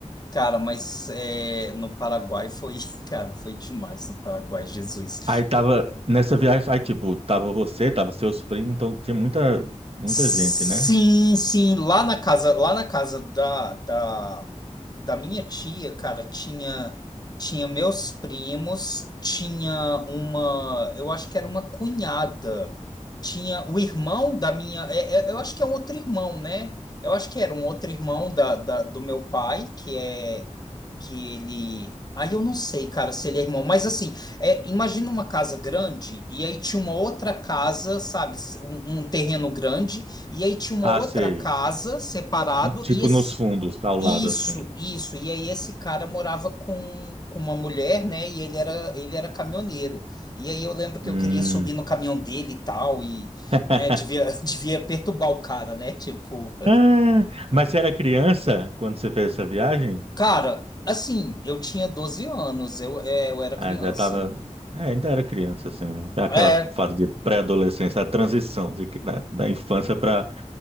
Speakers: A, on the left; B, on the right.
A: Cara, mas é, no Paraguai foi, <laughs> cara, foi demais no Paraguai, Jesus.
B: Aí tava, nessa viagem, aí tipo, tava você, tava seus primos, então tinha muita, muita
A: Sim,
B: gente, né?
A: sim, lá na casa, lá na casa da, da, da minha tia, cara, tinha tinha meus primos, tinha uma, eu acho que era uma cunhada, tinha o irmão da minha, é- é- eu acho que é um outro irmão, né? Eu acho que era um outro irmão da, da- do meu pai, que é que ele, aí eu não sei, cara, se ele é irmão, mas assim É, imagina uma casa grande e aí tinha uma outra casa, sabe, s- um, um terreno grande e aí tinha uma
B: Ah,
A: outra
B: sei.
A: casa separado
B: Tipo
A: e esse-
B: nos fundos, ao
A: isso,
B: lado, assim.
A: isso. E aí esse cara morava com, com uma mulher, né? E ele era ele era caminhoneiro. E aí eu lembro que
B: Hum.
A: eu queria subir no caminhão dele e tal e,
B: <laughs>
A: né? Devia <laughs> devia perturbar o cara, né? Tipo,
B: Ah, mas você era criança quando você fez essa viagem?
A: cara, assim, eu tinha 12 anos, eu, é, eu era
B: Ah,
A: criança.
B: já tava, é, ainda era criança, assim, aquela
A: É,
B: fase de pré-adolescência, a transição de, da, da infância para